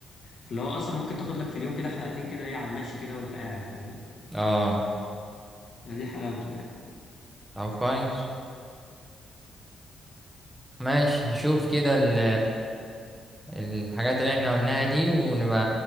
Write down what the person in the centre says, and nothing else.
اه
طب كويس ماشي نشوف كده ال الحاجات اللي احنا قلناها دي ونبقى